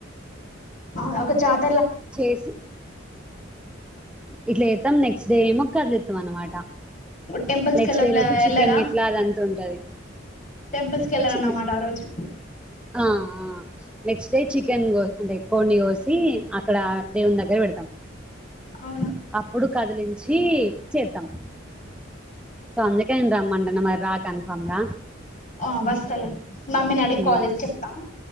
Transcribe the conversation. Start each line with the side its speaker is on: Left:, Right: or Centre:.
Left: అవును ఒక జాత్
Centre: చేసి ఇట్లా ఎస్తాం నెక్స్ట్ డే మో కార్ల్ చేస్తాం అనమాట
Left: టెంపుల్స్
Centre: నెక్స్ట్
Left: కి వెళ్ళట్లే
Centre: డే రోజు
Left: వెళ్ళరా
Centre: చికెన్ గిట్లాగా దంతా ఉంటది
Left: టెంపుల్స్ కి వెళ్లరన్నమాట
Centre: చిన్ని
Left: ఆ రోజు
Centre: ఆ ఆ నెక్స్ట్ డే చికెన్ కో అంటే కోడి కోసి అక్కడ దేవుని దగ్గర పెడతాం
Left: అవునా
Centre: అప్పుడు కదిలించి చేతాం సందికతేమంటున మరి రా కన్ఫర్మ్‌గా.
Left: ఆ వస్తలే మమ్మీని అడిగి
Centre: హ్మ్.
Left: కాల్ చేసి చెప్తా